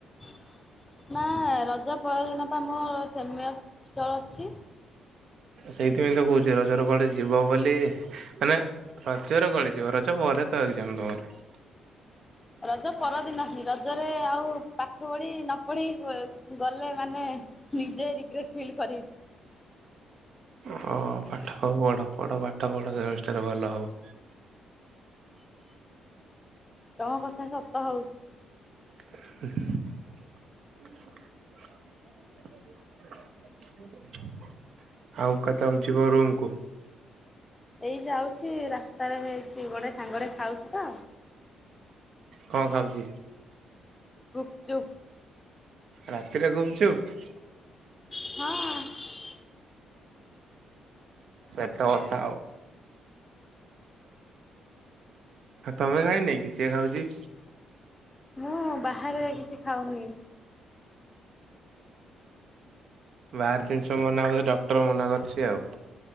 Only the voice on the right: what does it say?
ସେଇଥିପାଇଁ ତ କହୁଛି ରଜର କୁଆଡେ ଯିବ ବୋଲି ମାନେ ରଜରେ କୁଆଡ଼େ ଯିବ ରଜ ପରେ ତ ଏକଜାମ ତମର।
ହ ପାଠ ପଢ ପଢ ପାଠ ପଢ ସେମିଷ୍ଟାର ଭଲ ହବ।
<unintelligible> ଆଉ କେତେବେଳେ ଯିବ ରୁମକୁ।
କଣ ଖାଉଛି?
ରାତିରେ ଗୁପଚୁପ।
ପେଟ ବଥା ଆଉ। ତମେ ଖାଇନାଇ କି ସିଏ ଖାଉଛି।
ବାହାର ଜିନିଷ ମନା ହଛି ଡକ୍ଟର ମନା କରୁଛି ଆଉ।